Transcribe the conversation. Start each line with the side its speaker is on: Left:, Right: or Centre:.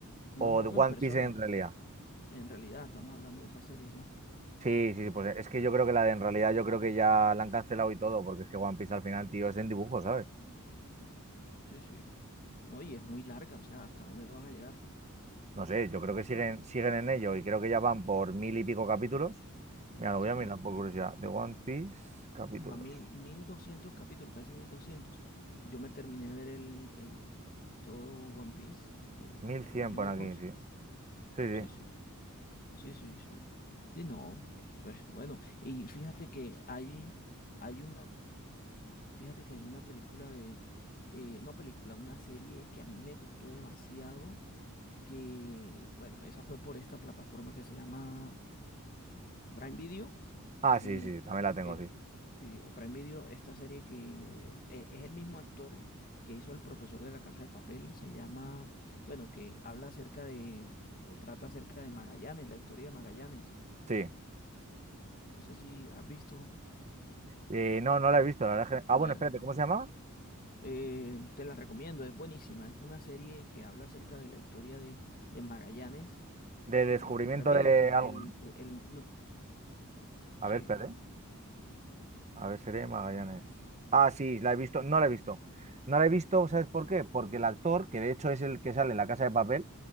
Left: no,
Right: o
Left: no,
Right: One
Left: en persona,
Right: Piece en realidad.
Left: en realidad, estamos hablando de esas series, ¿no?
Right: Sí, sí, sí, pues es que yo creo que la de en realidad, yo creo que ya la han cancelado y todo, porque es que One Piece al final, tío, es en dibujo, ¿sabes?
Left: Sí, sí. No, y es muy larga, o sea, ¿hasta dónde van a llegar?
Right: No sé, yo creo que siguen, siguen en ello y creo que ya van por mil y pico capítulos. Mira, lo voy
Left: Sí,
Right: a mirar por curiosidad. De One Piece, capítulos.
Left: va mil, mil doscientos capítulos, casi mil doscientos. Yo me terminé de ver el, el, eh, todo One Piece, eh,
Right: mil
Left: eh,
Right: cien
Left: dibujos,
Right: por aquí, sí. Sí, sí.
Left: sí, sí. Sí, sí, sí. Sí, no. Pues bueno, y fíjate que hay, hay una, fíjate que hay una película de, eh, no película, una serie que a mí me gustó demasiado, que, bueno, esa fue por esta plataforma que se llama Prime Video.
Right: Ah,
Left: eh,
Right: sí, sí, también la tengo,
Left: eh,
Right: sí.
Left: sí, Prime Video, esta serie que eh, es el mismo actor que hizo El profesor de la Casa de Papel, se llama, bueno, que habla acerca de, o trata acerca de Magallanes, la historia de Magallanes.
Right: Sí.
Left: No sé si has visto.
Right: Eh, no, no la he visto, la verdad. es que- Ah,
Left: Bueno,
Right: bueno, espérate, ¿cómo se llamaba?
Left: eh, te la recomiendo, es buenísima. Es una serie que habla acerca de la historia de, de Magallanes
Right: De
Left: eh,
Right: descubrimiento
Left: y está en Prime
Right: de
Left: Video, que el,
Right: algo,
Left: el,
Right: ¿no?
Left: pro- el uno...
Right: A
Left: Sí,
Right: ver, espérate. A ver, seré Magallanes. Ah, sí, la he visto. No la he visto. No la he visto, ¿sabes por qué? Porque el actor, que de hecho es el que sale en La Casa de Papel,